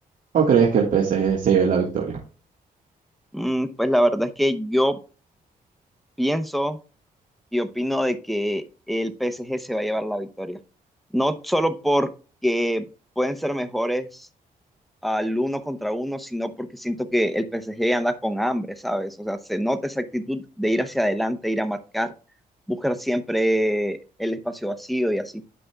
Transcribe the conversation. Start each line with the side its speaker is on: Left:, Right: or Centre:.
Right: o crees que el PSG se lleve la victoria?
Centre: Mm, pues la verdad es que yo pienso y opino de que el PSG se va a llevar la victoria. No solo porque pueden ser mejores al uno contra uno, sino porque siento que el PSG anda con hambre, ¿sabes? O sea, se nota esa actitud de ir hacia adelante, ir a marcar, buscar siempre el espacio vacío y así.